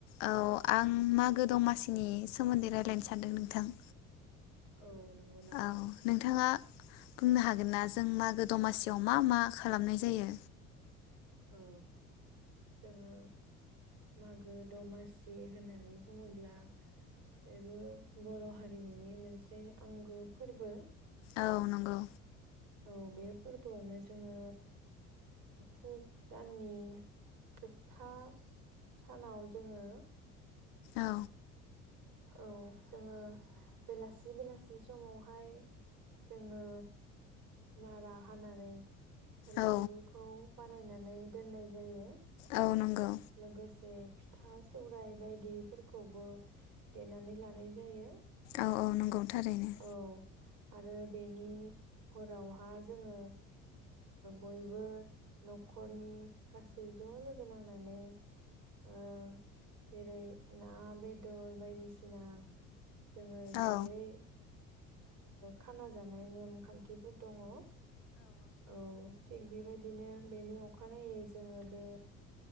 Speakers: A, on the left; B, on the right.
A: औ आं मागो दमासिनि सोमोनदै रायलायनो सानदों नोंथां
B: औ नंगौ नामा
A: औ नोंथाङा बुंनो हागोन ना जों मागो दमासियाव मा मा खालामनाय जायो
B: औ जोङो मागो दमासि होननानै बुङोब्ला बेबो बर' हारिमुनि मोनसे आंगो फोरबो
A: औ नंगौ
B: औ बे फोरबोआवनो जोङो पुग दाननि जोबथा सानाव जोङो
A: औ
B: औ जोङो बेलासि बेलासि समावहाय जोङो नारा हानानै भेलागुरुखौ
A: औ
B: बानायनानै दोननाय जायो
A: औ नंगौ
B: लोगोसे फिथा सौराइ बायदिफोरखौबो देनानै लानाय जायो
A: औ औ नंगौ थारैनो
B: औ आरो बेनि हरावहा जोङो बयबो न'खरनि गासै ज' लोगो नांना नै जेरै ना बेदर बायदिसिना जोङो जयै
A: औ
B: खाना जानाय नेम खानथिफोर दङ औ थिग बेबायदिनो बेनि अखानायै जोङो बे